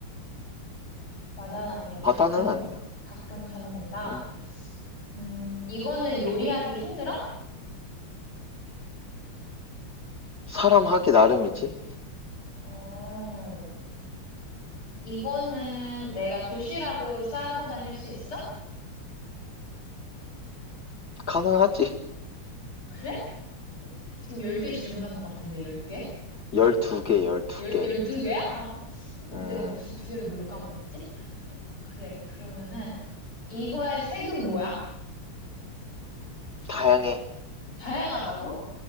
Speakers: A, on the left; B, on the left.
A: 마다는 아니고 가끔,
B: 바다는 아니야.
A: 가끔 사 먹는다.
B: 음,
A: 음, 이거는 요리하기 힘들어?
B: 사람 하기 나름이지.
A: 어, 이거는 내가 도시락으로 싸고 다닐 수 있어?
B: 가능하지.
A: 그래? 지금 10개 질문한 것 같은데, 10개?
B: 12개, 12개.
A: 열, 12개야? 아, 어, 내가
B: 음,
A: 무슨 두 개를 뭘 까먹었지? 그래. 그러면은 이거의 색은 뭐야?
B: 다양해.
A: 다양하다고?